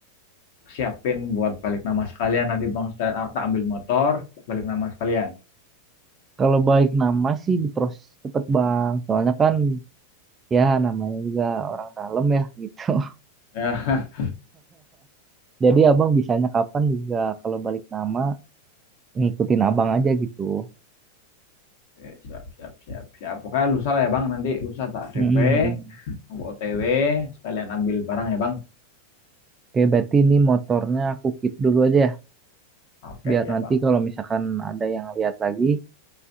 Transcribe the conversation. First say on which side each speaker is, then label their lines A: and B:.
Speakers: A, on the left; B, on the right.
A: siapin buat balik nama sekalian nanti bang saya tak ambil motor balik nama sekalian
B: Kalau balik nama sih diproses cepet Bang, soalnya kan ya namanya juga orang dalam ya gitu. <laughs>
A: ya
B: Jadi abang bisanya kapan juga kalau balik nama ngikutin abang aja gitu.
A: <laughs> oke, siap siap siap siap pokoknya lusa lah ya bang nanti lusa tak DP
B: Mm-mm.
A: aku OTW sekalian ambil barang ya bang
B: Oke, berarti ini motornya aku keep dulu aja ya,
A: oke
B: biar
A: ya
B: nanti
A: bang
B: kalau misalkan ada yang lihat lagi,